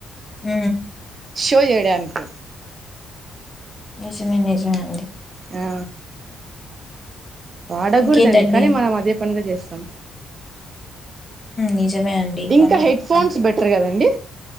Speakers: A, on the left; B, on the right.
A: హ
B: షో చేయడానికి
A: నిజమే నిజమే అండి
B: హా వాడకూడదండి
A: ఇంకేంటండి
B: కానీ మనం అదే పనుగ చేస్తాం
A: నిజమే అండి
B: ఇంకా
A: కానీ
B: హెడ్ ఫోన్స్
A: అంతే
B: బెటర్ కదండి